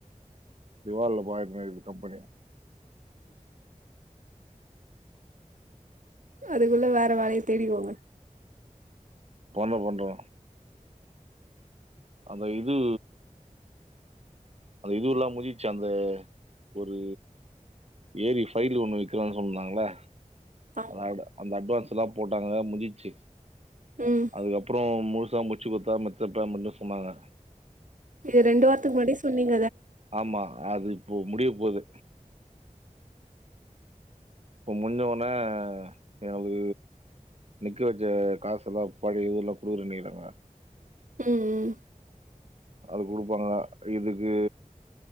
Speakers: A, on the right; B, on the right.
A: திவால்ல <inaudible> கம்பெனி
B: அதுக்குள்ள வேற வேலைய தேடிக்கோங்க
A: பண்ன பண்ரோ அந்த இது அந்த இதுல்லா முடிஞ்சுச்சு அந்த ஒரு ஏரி <unintelligible> ஒண்ணு விக்கிறாங் சொன்னங்களா
B: ஆமா
A: ஆ அந்த அட்வான்ஸ் எல்லா போட்டாங்கள்ள முடிஞ்சுச்சு
B: ம்
A: அதுக்கப்றோ மு சோ முச்சு குடுத்தா மத்தப் பெமெண்ட்டு சொன்னாங்க
B: இது ரெண்டு வாரத்துக்கு முன்னாடி சொன்னீங்
A: ஆமா அது இப்போ முடிய போது இப்ப முஞ்ச உனே எனக்கு நிக்க வச்ச காச எல்லா பழைய ஊர்ல குடுக்குறனிறாங்க
B: ம் ம்
A: அது குடுப்பாங்க இதுக்கு